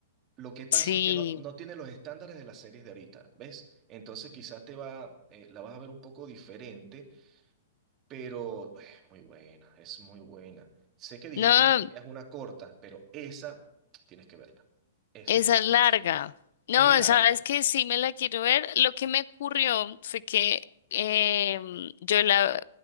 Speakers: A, on the right; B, on the left.
A: Lo que pasa
B: Sí.
A: es que no, no tiene los estándares de las series de ahorita, ¿ves? Entonces quizás te va, eh, la vas a ver un poco diferente pero eh, muy buena, es muy buena. Sé que dijiste
B: No,
A: que querías una corta, pero esa tienes que verla. Esa
B: Esa
A: es mi recomendación.
B: es larga. No,
A: Es larga.
B: sabes que sí me la quiero ver. Lo que me ocurrió fue que em, yo la,